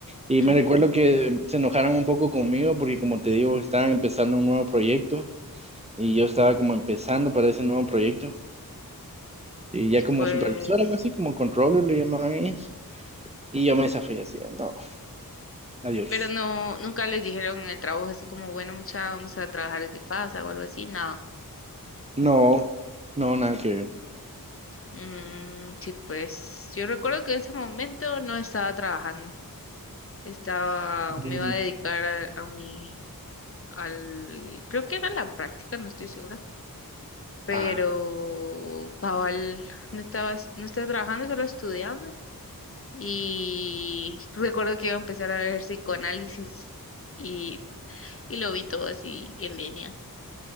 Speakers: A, on the right (about 20°); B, on the left (about 40°).
A: Y
B: Ujú,
A: me recuerdo que se enojaron un poco conmigo porque como te digo, estaban empezando un nuevo proyecto y yo estaba como empezando para ese nuevo proyecto y ya como
B: Pues,
A: supervisor, algo así, como controller le llamaban ellas. Y yo me zafé así, de, no, adiós.
B: pero no, nunca les dijeron en el trabajo así como, bueno, mucha, vamos a trabajar desde casa o algo así, nada.
A: No, no, nada que ver.
B: Mm, sí, pues yo recuerdo que en ese momento no estaba trabajando, estaba,
A: Mm,
B: me iba a dedicar a, a mi al, creo que era la práctica, no estoy segura, pero
A: Ah,
B: Paval no estaba, no estaba trabajando, solo estudiando. Y <laughs> recuerdo que iba a empezar a ver psicoanálisis y, y lo vi todo así en línea,